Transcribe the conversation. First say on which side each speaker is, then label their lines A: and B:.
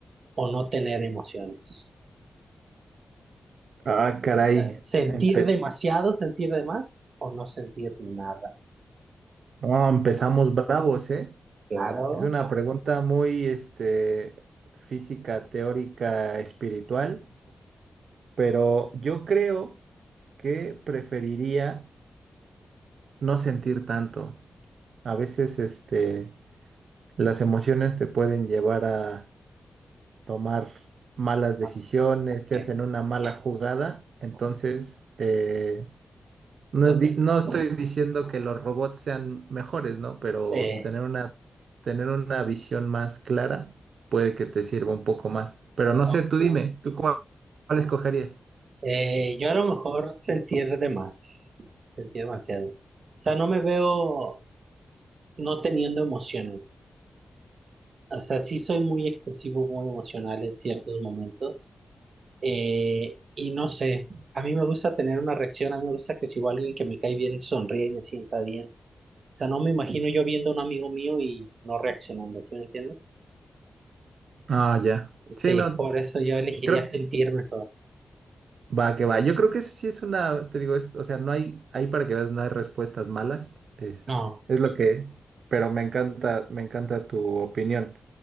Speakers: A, on the right; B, on the right.
A: o no tener emociones.
B: Ah, caray.
A: O sea, sentir
B: Empe-
A: demasiado, sentir de más o no sentir nada.
B: no, empezamos bravos, ¿eh?
A: Claro.
B: Es una pregunta muy, este, física, teórica, espiritual, pero yo creo que preferiría no sentir tanto. A veces, este, las emociones te pueden llevar a tomar malas decisiones,
A: Ah,
B: te
A: bien.
B: hacen una mala jugada. Entonces, eh, no
A: Entonces,
B: es di- no estoy diciendo que los robots sean mejores, ¿no? Pero
A: sí,
B: tener una, tener una visión más clara puede que te sirva un poco más. Pero no
A: ok.
B: sé, tú dime, ¿tú cuál, cuál escogerías?
A: Eh, yo a lo mejor sentir de más, sentir demasiado. O sea, no me veo no teniendo emociones. O sea, sí soy muy expresivo, muy emocional en ciertos momentos Eh, y no sé, a mí me gusta tener una reacción, a mí me gusta que si va alguien que me cae bien sonríe y me sienta bien. O sea, no me imagino yo viendo a un amigo mío y no reaccionando, ¿sí me entiendes?
B: Ah, ya.
A: Sí,
B: Sí, no,
A: por eso yo elegiría
B: creo
A: sentirme todo.
B: Va, que va. Yo creo que sí es una, te digo, es, o sea, no hay, ahí para que veas, no hay respuestas malas. Este,
A: No,
B: es lo que, pero me encanta, me encanta tu opinión.